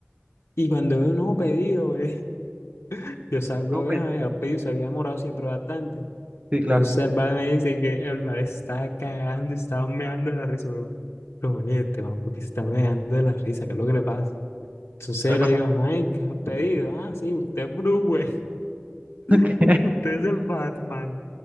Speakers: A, on the left (about 80°); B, on the right (about 35°).
A: y cuando veo un nuevo pedido, ve, <laughs> yo salgo
B: no,
A: a
B: pues,
A: ver, ay, el pedido se había demorado siempre bastante.
B: sí, claro.
A: Entonces el vale me dice que el vale estaba cagando y estaba meando de la risa, pero, pero bueno, ¿y este man, ¿por se está meando de la risa? ¿Qué es lo que le pasa? Entonces
B: ¿Qué pasa?
A: le digo, ay, ¿qué has pedido? Ah, sí, usted es Bruce Wayne,
B: <laughs> ¿Qué?
A: <laughs> usted es el Batman.